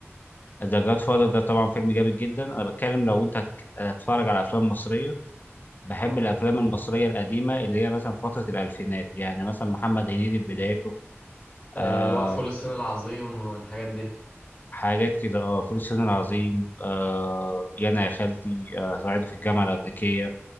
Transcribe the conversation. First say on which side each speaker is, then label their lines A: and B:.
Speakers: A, on the left; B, on the left.
A: ذا جاد فاذر ده طبعا فيلم جامد جدا انا بتكلم لو انت هتك... هتتفرج على افلام مصرية بحب
B: اه
A: الافلام المصرية القديمة اللي هي مثلا في فترة الالفينات يعني مثلا محمد هنيدي في بدايته
B: آه،
A: آه
B: اللي هو فول الصين العظيم والحاجات دي
A: حاجات كده اه فول الصين العظيم آه يانا يا خالتي آه صعيدي في الجامعة الأمريكية